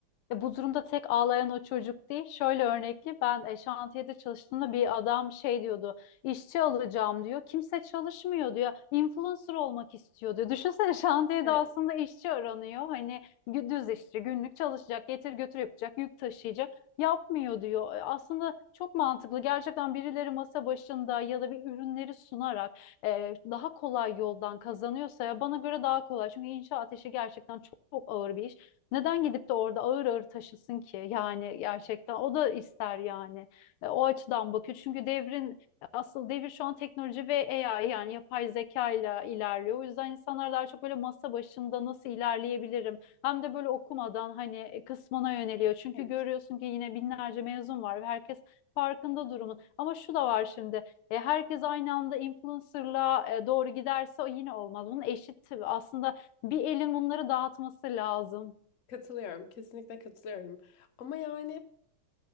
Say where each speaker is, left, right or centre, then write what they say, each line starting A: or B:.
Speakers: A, on the left; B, on the left.
A: E, bu durumda tek ağlayan o çocuk değil. Şöyle örnekli ben e, şantiyede çalıştığımda bir adam şey diyordu. İşçi alacağım diyor. Kimse çalışmıyor diyor. Influencer olmak istiyor diyor. <laughs> Düşünsene şantiyede
B: Evet,
A: aslında işçi aranıyor. Hani gü- düz işçi günlük çalışacak, getir götür yapacak, yük taşıyacak. Yapmıyor diyor. E, Aslında çok mantıklı. Gerçekten birileri masa başında ya da bir ürünleri sunarak e, daha kolay yoldan kazanıyorsa ya bana göre daha kolay. Çünkü inşaat işi gerçekten çok, çok ağır bir iş. Neden gidip de orada ağır ağır taşısın ki? Yani gerçekten o da ister yani. E, O açıdan bakıyor. Çünkü devrin asıl devir şu an teknoloji ve AI yani yapay zeka ile ilerliyor. O yüzden insanlar daha çok böyle masa başında nasıl ilerleyebilirim? Hem de böyle okumadan hani kısmına yöneliyor. Çünkü
B: evet.
A: görüyorsun ki yine binlerce mezun var ve herkes farkında durumun. Ama şu da var şimdi. E, herkes aynı anda influencer'la e, doğru giderse o yine olmaz. Bunun eşit aslında bir elin bunları dağıtması lazım.
B: Katılıyorum, kesinlikle katılıyorum. Ama yani